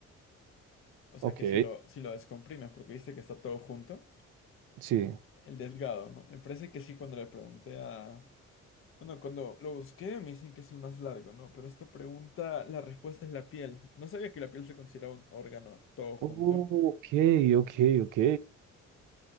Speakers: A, on the left; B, on the right.
A: O sea,
B: Ok,
A: que si lo, si lo descomprimes, porque viste que está todo junto.
B: sí.
A: El delgado, ¿no? Me parece que sí cuando le pregunté a... Bueno, cuando lo busqué me dicen que es el más largo, ¿no? Pero esta pregunta, la respuesta es la piel. No sabía que la piel se consideraba un órgano todo junto.
B: Oh, ok, ok, ok.